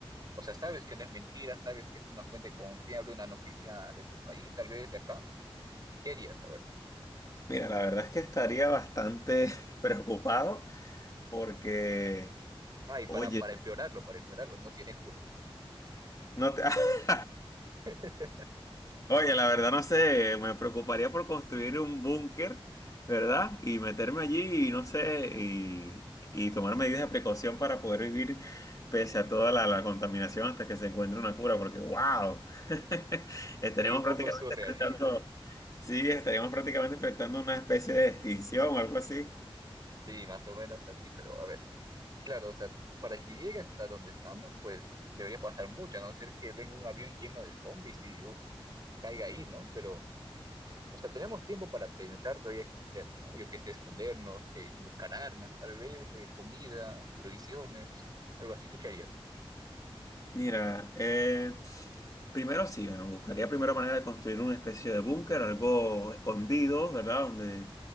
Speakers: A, on the right; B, on the left.
A: O sea, sabes que no es mentira, sabes que es una fuente confiable, una noticia de tu país, tal vez de acá. ¿Qué harías? A ver.
B: Mira, la verdad es que estaría bastante <laughs> preocupado porque,
A: Ay,
B: oye,
A: para, para empeorarlo, para empeorarlo, no tiene cura.
B: no te... <laughs>
A: <laughs>
B: Oye, la verdad no sé, me preocuparía por construir un búnker, ¿verdad? Y meterme allí y no sé, y, y tomar medidas de precaución para poder vivir pese a toda la, la contaminación hasta que se encuentre una cura, porque wow, <laughs> estaríamos
A: Sí, un
B: prácticamente
A: poco surrealista.
B: enfrentando, sí, estaríamos prácticamente enfrentando una especie de extinción o algo así.
A: Sí, más o menos así, pero a ver, claro, o sea, para que llegue hasta donde estamos, pues debería pasar mucho, a no ser que venga un avión lleno de zombies y uf, caiga ahí, ¿no? Pero, o sea, tenemos tiempo para pensar todavía qué hacer, ¿no? Yo qué sé, escondernos, eh, buscar armas, tal vez, eh, comida, provisiones, algo así. ¿Tú qué harías?
B: Mira, eh, primero sí, bueno, buscaría primero manera de construir una especie de búnker, algo escondido, ¿verdad? Donde